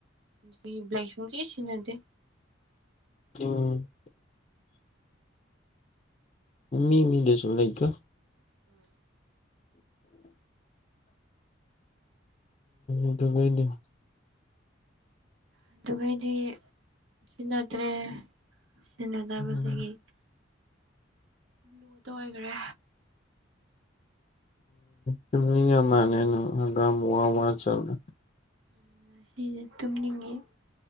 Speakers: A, on the right; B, on the left.
A: ꯑꯗꯨꯗꯤ ꯕ꯭ꯂꯦꯛ ꯁꯨꯡꯁꯤ ꯁꯤꯖꯤꯟꯅꯗꯦ
B: ꯎꯝ ꯃꯤꯃꯤꯗꯁꯨ ꯂꯩꯗ
A: ꯎꯝ
B: ꯑꯗꯨꯃꯥꯏꯅ
A: ꯑꯗꯨꯒ ꯑꯩꯗꯤ ꯁꯤꯖꯤꯟꯅꯗ꯭ꯔꯦ ꯁꯤꯟꯅꯗꯕꯗꯒꯤ
B: ꯎꯝ
A: ꯂꯨꯇ ꯑꯣꯏꯈ꯭ꯔꯦ
B: ꯇꯨꯝꯅꯤꯡꯉꯥ ꯃꯥꯜꯂꯦ ꯅꯪ ꯍꯀꯥꯝ ꯋꯥ ꯋꯥ ꯆꯜꯂꯦ
A: ꯎꯝ ꯑꯁꯤꯁꯦ ꯇꯨꯝꯅꯤꯡꯉꯦ